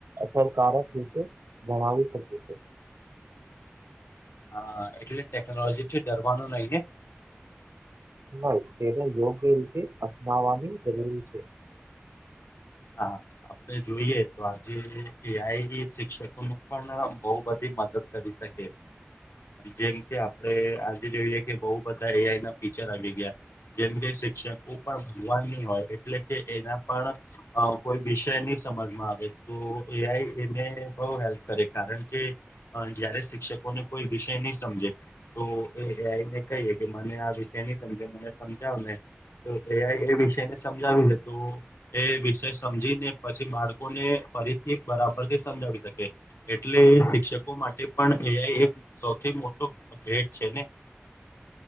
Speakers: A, on the right (about 80°); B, on the left (about 80°).
A: અસરકારક રીતે ભણાવી શકે છે.
B: હા એટલે ટેકનોલોજી થી ડરવાનું નહી ને.
A: નહી તેને યોગ્ય રીતે અપનાવાની જરૂરી છે.
B: હા આપડે જોઈએ તો આજે એ આઈ શિક્ષકોનું પણ બહુ બધી મદદ કરી શકે જેમ કે આપડણે આ જોઈએ કે બહ બધા એ આઈ ના ફીચર આવી ગયા જેમ કે શિક્ષકો પણ ભગવાનની હોય એટલે કે એના પણ અ કોઈ વિષય નહી સમજમાં આવે તો એઆઈ બહ હેલ્પ કરે કારણ કે જયારે શિક્ષકોને કોઈ વિષય નહી સમજે. તો એ આઈને કહીએે કે મને આ વિષય નની સમજ મને સમજાવ ને તો એ એ વિષયને સમજાવી છે તો એ વિષ સમજી ને પછી બાળકોને ફરીથી બરાબર થી સમજાવી શકે. એટલે એ શિક્ષકો માટે પણ એઆઇ એક સૌથી મોટો ભેટ છે ને.